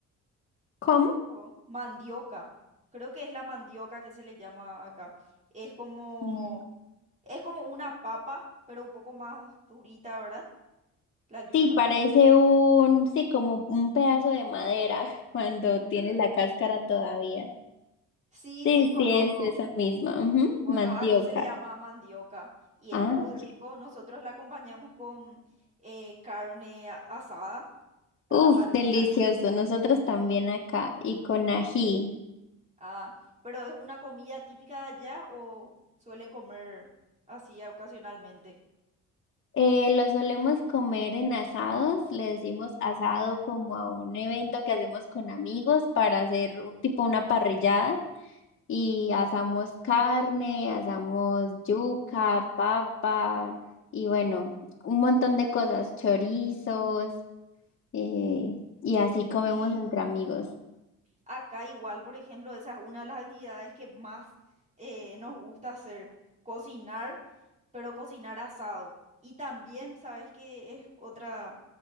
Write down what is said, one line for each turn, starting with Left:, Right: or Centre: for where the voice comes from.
Left: ¿Cómo?
Right: Oh, mandioca. Creo que es la mandioca que se le llama acá. Es como,
Left: Mm.
Right: es como una papa, pero un poco más durita, ¿verdad? La yuca.
Left: Sí, parece un, sí, como un pedazo de madera <laughs> cuando tiene la cáscara todavía.
Right: Sí,
Left: Sí,
Right: sí, conozco.
Left: sí, es esa misma, ujú,
Right: Bueno,
Left: Mandioca.
Right: aquí se le llama mandioca y
Left: Ah,
Right: es muy
Left: ok.
Right: rico. Nosotros la acompañamos con eh, carne a- asada a
Left: Uf,
Right: la parrilla.
Left: delicioso. Nosotros también
Right: Sí.
Left: acá y con ají.
Right: Ah, pero ¿es una comida típica de allá o suelen comer así ocasionalmente?
Left: Eh, lo solemos comer en asados, le decimos asado como a un evento que hacemos con amigos para hacer un- tipo una parrillada y asamos carne, asamos yuca, papa y bueno, un montón de cosas, chorizos eh, y así comemos
Right: Sí.
Left: entre amigos.
Right: Acá igual, por ejemplo, esa es una de las actividades que más eh, nos gusta hacer, cocinar, pero cocinar asado. Y también, ¿sabes qué es otra